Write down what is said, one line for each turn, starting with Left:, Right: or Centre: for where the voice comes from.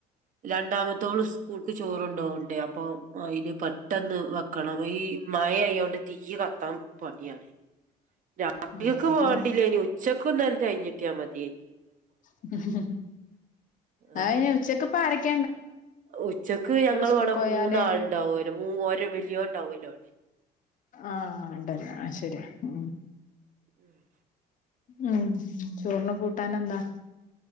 Right: രണ്ടാമത്തോൾ സ്കൂൾക്ക് ചോറുണ്ടോണ്ടേ അപ്പൊ അയിന് പെട്ടെന്ന് വെക്കണം ഈ ഈ മഴയായോണ്ട് തീ യ് കത്താൻ പണിയാണ്. രാത്രിക്ക്
Left: ആ അപ്പൊ
Right: പോകേണ്ടിലിനി ഉച്ചക്ക് ഒന്ന് തെകഞ്ഞിട്ടിയാ മതി.
Left: <unintelligible>
Right: ആ.
Left: അ അയിന് ഉച്ചക്ക് പരോക്കെ
Right: ഉച്ചക്ക് ഞങ്ങളിവിടെ
Left: സ്കൂൾക്ക് പോയാല്
Right: മൂന്നാൾണ്ടാവുല്ലോ, മൂ ഓ വലിയോ ഇണ്ടാവലോ ഇവിടെ.
Left: ആഹ ഉണ്ടല്ല ആ ശരിയാ ഉ
Right: ഉം
Left: ഉ ഉ ചോറിന് കൂട്ടാനെന്താ